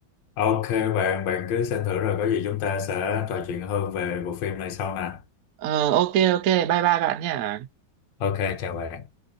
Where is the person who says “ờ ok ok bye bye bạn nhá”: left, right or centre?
Right